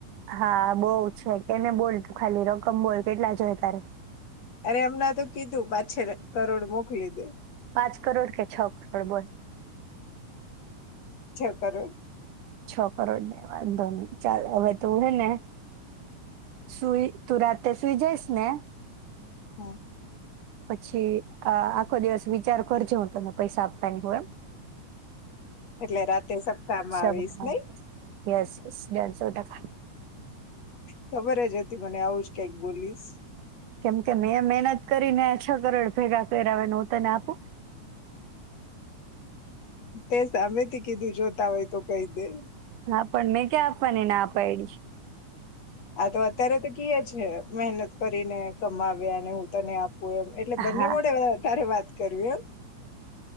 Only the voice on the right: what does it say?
હા બહુ છે. એ ને બોલ ખાલી રકમ બોલ કેટલા જોયે તારે?
પાંચ કરોડ કે છ કરોડ બોલ?
છ કરોડ ને વાંધો ન ચાલ હવે તું હે ને સુઈ તું રાતેે સુઈ જઈશ ને
પછી અ આખો દિવસ વિચાર કરજો. હું તને પૈસા આપવાની હોય એમ
સવારે
આવી
જશે. યસ યસ ડન સો ટકા.
કેમ કે મેં મહેનત કરીને છ કરોડ ભેગા કયરા હોય ને હું તને આપું?
હા. પણ મેં ક્યા આપવાને ના પાયડી છે.
હા